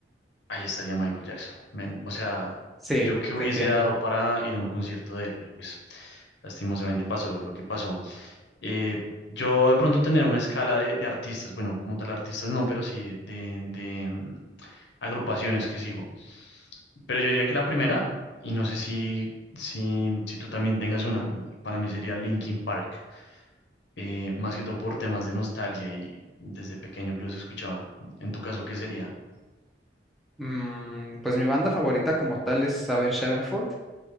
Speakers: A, on the left (about 80°); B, in the centre.
A: ahí estaría Michael Jackson, men, o sea,
B: Sí,
A: yo que hubiese
B: te entiendo.
A: dado para ir a un concierto de él, pero pues lastimosamente pasó lo que pasó. Eh, yo de pronto tener una escala de, de artistas, bueno, como tal artistas no, pero sí de, de, mm, agrupaciones que sigo. Pero yo diría que la primera, y no sé si, si, si tú también tengas una, para mí sería Linkin Park, Eh, más que todo por temas de nostalgia y desde pequeño que los escuchaba. En tu caso, ¿qué sería?
B: Mm, pues mi banda favorita como tal es Avenged Sevenfold.